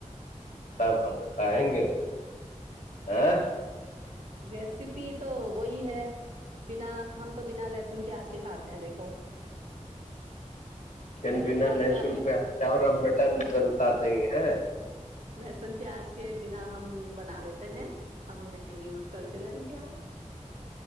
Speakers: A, on the left (about 75°); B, on the right (about 65°).
A: تب ہم بتائیں گے ا <unintelligible>
B: ریسیپی تو وہی ہے بنا ہم تو بنا لہسن پیاز کے کھاتے ہیں دیکھو لہسن
A: ن بنا
B: پیاز
A: لسن
B: کا
A: پہ آ کے اور مٹن بنتا نہیں ہے ہاں <unintelligible>
B: لہسن پیاز کے بنا ہم بنا لیتے ہیں ہم نہیں نہیں یوز کرتے ل پیاز